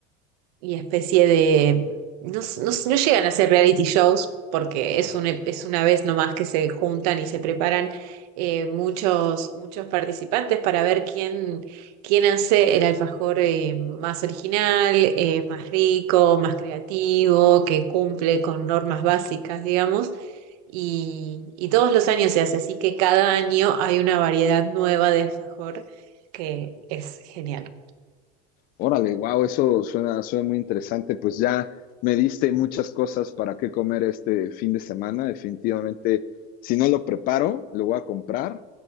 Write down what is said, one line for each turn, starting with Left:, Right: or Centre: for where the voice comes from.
Right: y especie de... No, s- no, s- no llegan a ser reality shows porque es, un, ep- es una vez nomás que se juntan y se preparan eh, muchos, muchos participantes para ver quién, quién hace el alfajor eh, más original, eh, más rico, más creativo, que cumple con normas básicas, digamos. Y, y todos los años se hace, así que cada año hay una variedad nueva de alfajor que es genial.
Left: órale, wow, eso suena, suena muy interesante. Pues ya me diste muchas cosas para qué comer este fin de semana. Definitivamente, si no lo preparo, lo voy a comprar.